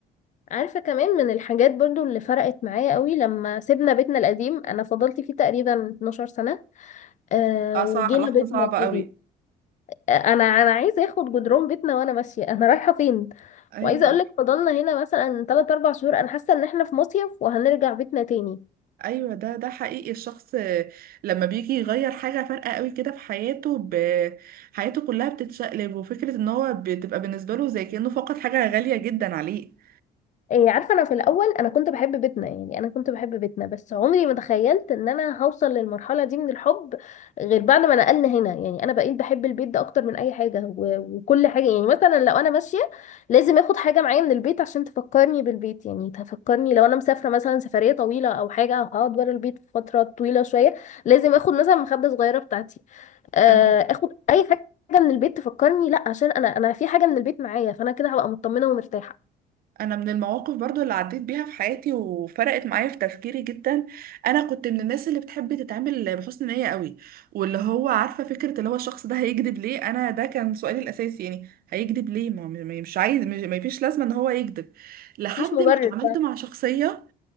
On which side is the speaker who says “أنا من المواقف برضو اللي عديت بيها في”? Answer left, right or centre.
Right